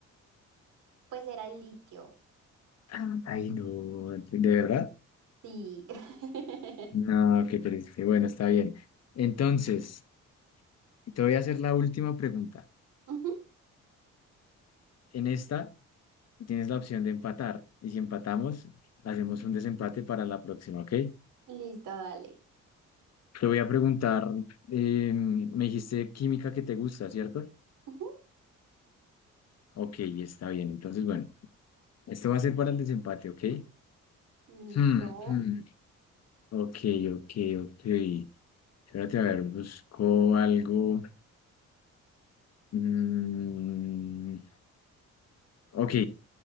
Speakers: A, on the right (about 80°); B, on the left (about 55°).
A: Pues era el litio.
B: Ah. Ay, no. ¿De verdad?
A: Sí. <laughs>
B: No, qué triste. Bueno, está bien. Entonces, te voy a hacer la última pregunta.
A: Ujú.
B: En esta tienes la opción de empatar y si empatamos, hacemos un desempate para la próxima, ¿ok?
A: Listo, dale.
B: Te voy a preguntar, eh, me dijiste química que te gusta, ¿cierto?
A: Ujú.
B: Ok, está bien. Entonces, bueno, esto va a ser para el desempate, ¿ok?
A: Listo.
B: Hmm, hmm, Ok, ok, ok. Espérate, a ver, busco algo. Mm, ok,